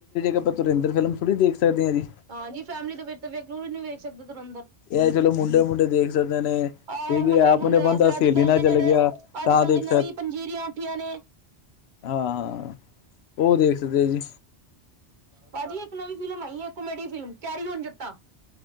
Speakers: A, on the left; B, on the right.
A: ਆਪਾਂ, ਧੁਰਿੰਦਰ ਫਿਲਮ ਥੋੜ੍ਹੀ ਦੇਖ ਸਕਦੇ ਹੈ ਜੀ।
B: ਹਾਂਜੀ, ਫੈਮਿਲੀ ਦੇ ਵਿੱਚ ਤਾਂ ਵੇਖ ਲੋ ਵੀ ਉਈ ਨੀ ਵੇਖ ਸਕਦੇ ਧੁਰੰਦਰ
A: ਇਹ ਚਲੋ ਮੁੰਡੇ -ਮੁੰਡੇ ਦੇਖ ਸਕਦੇ ਨੇ,
B: ਆਹੋ
A: ਠੀਕ
B: ਮੁੰਡੇ
A: ਆਪਣੇ
B: ਮੁੰਡੇ ਆ
A: ਬੰਦਾ
B: ਤੇ
A: ਸਹੇਲੀ
B: ਅੱਜ ਕੱਲ
A: ਨਾਲ
B: ਦੇ
A: ਚੱਲ
B: ਜਿਹੜੇ
A: ਗਿਆ।
B: ਅੱਜ
A: ਤਾਂ
B: ਕੱਲ੍ਹ
A: ਦੇਖ
B: ਦੀ ਨਵੀਂ, ਪੰਜੀਰੀਆਂ ਉੱਠੀਆਂ ਨੇ
A: ਹਾਂ-ਹਾਂ, ਉਹ ਦੇਖ ਸਕਦੇ ਜੀ।
B: ਭਾਜੀ, ਇੱਕ ਨਵੀਂ ਫਿਲਮ ਆਈ ਹੈ, ਕੋਮੇਡੀ ਫਿਲਮ ਕੈਰੀ ਆਨ ਜੱਟਾਂ